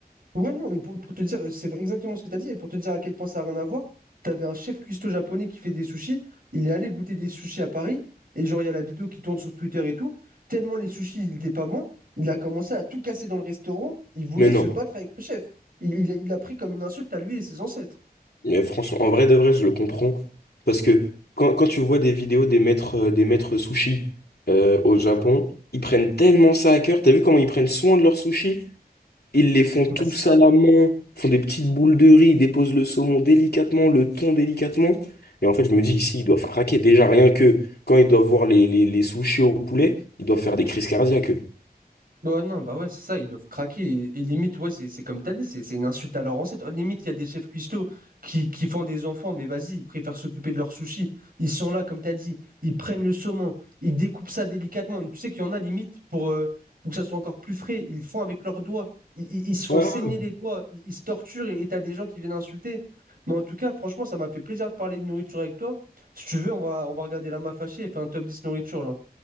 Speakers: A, on the right (about 65°); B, on the left (about 80°).
A: Ouais, non, mais pour, pour te dire, c'est exactement ce que tu as dit, et pour te dire à quel point ça n'a rien à voir, tu avais un chef cuistot japonais qui fait des sushis, il est allé goûter des sushis à Paris, et genre, il y a la vidéo qui tourne sur Twitter et tout, tellement les sushis, ils n'étaient pas bons, il a commencé à tout casser dans le restaurant, il voulait
B: Mais
A: se
B: non.
A: battre avec le chef. Il, il a il a pris comme une insulte à lui et ses ancêtres.
B: Mais franchement, en vrai de vrai, je le comprends. Parce que quand, quand tu vois des vidéos des maîtres, euh, des maîtres sushis euh, au Japon, ils prennent tellement ça à cœur. T'as vu comment ils prennent soin de leurs sushis? Ils les font tous
A: Bah, c'est ça.
B: à la main, font des petites boules de riz, ils déposent le saumon délicatement, le thon délicatement. Et en fait, je me dis ici, ils doivent craquer. Déjà, rien que quand ils doivent voir les, les, les sushis au poulet, ils doivent faire des crises cardiaques. eux.
A: Ouais, non, bah ouais, c'est ça, ils doivent craquer. Et, et limite, ouais, c'est c'est comme t'as dit, c'est c'est une insulte à leur ancêtre. Limite, il y a des chefs cuistots qui, qui font des enfants, mais vas-y, ils préfèrent s'occuper de leurs sushis. Ils sont là, comme t'as dit, ils prennent le saumon, ils découpent ça délicatement. Et tu sais qu'il y en a limite pour, euh, pour que ça soit encore plus frais, ils le font avec leurs doigts, ils, ils- ils se font
B: Ouais.
A: saigner les doigts, ils, ils se torturent et et t'as des gens qui viennent insulter. Mais en tout cas, franchement, ça m'a fait plaisir de parler de nourriture avec toi. Si tu veux, on va, on va regarder la main fâchée et faire un top 10 nourriture là.